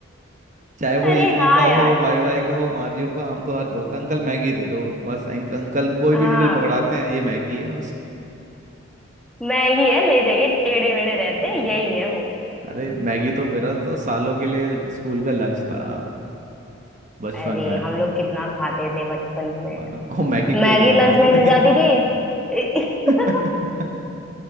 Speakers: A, on the right; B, in the centre.
A: चाहे
B: अरे
A: वो ईपी
B: हाँ
A: का
B: यार
A: हो वाई वाई का हो मारियो का हम तो हर बोलते हैं अंकल मैगी दे दो बस अंक- अंकल कोई
B: हाँ
A: भी नूडल पकड़ाते हैं ये मैगी है
B: मैगी है ले जाइए टेढ़े मेढ़े रहते
A: बस
B: हैं यही है वो
A: अरे मैगी तो मेरा तो सालों के लिए स्कूल का लंच था बचपन
B: अरे
A: में
B: हम लोग कितना खाते थे बचपन में
A: मतलब और मैगी
B: मैगी
A: केक बन
B: लंच
A: जाते
B: में मिल
A: थे
B: जाती थी <laughs>
A: <laughs>